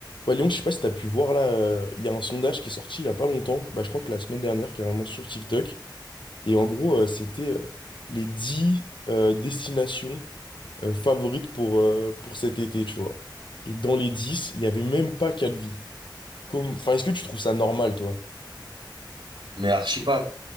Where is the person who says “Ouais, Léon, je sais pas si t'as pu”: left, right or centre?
Left